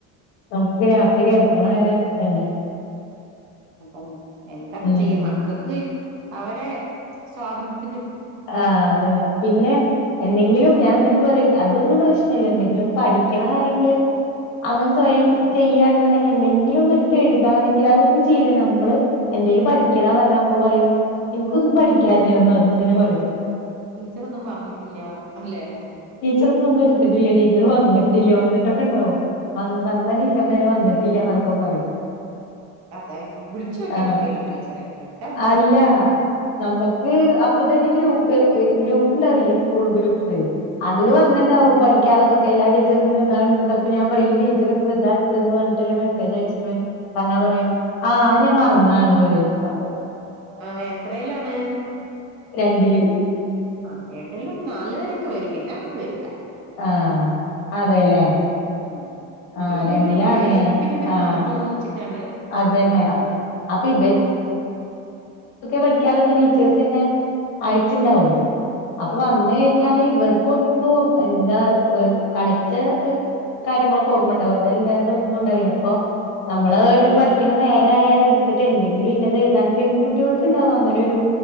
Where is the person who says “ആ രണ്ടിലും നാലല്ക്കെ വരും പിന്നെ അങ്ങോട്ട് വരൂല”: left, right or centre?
Right